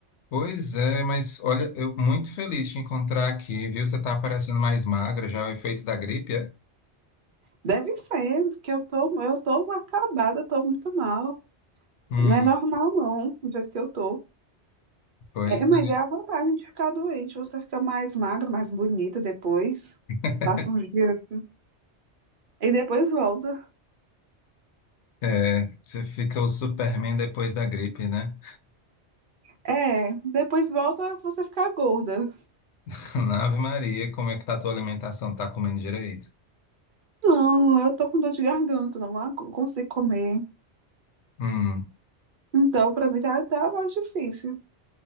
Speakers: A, on the left; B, on the right.
A: Pois é, mas olha, eu muito feliz de te encontrar aqui, viu? Você tá parecendo mais magra, já é o efeito da gripe, é?
B: Deve ser, que eu tô, eu tô acabada, eu tô muito mal.
A: Hum,
B: Não é normal, não, do jeito que eu tô.
A: pois
B: É,
A: é.
B: mas é a vantagem de ficar doente. Você fica mais magra, mais bonita depois.
A: <laughs>
B: Passa uns dias assim. E depois volta.
A: É, você fica o Superman depois da gripe, né?
B: É, depois volta você ficar gorda.
A: <laughs> Ave Maria, como é que tá a tua alimentação? Tá comendo direito?
B: Não, eu tô com dor de garganta, não consigo comer.
A: Hum.
B: Então, pra mim tá, tá mais difícil.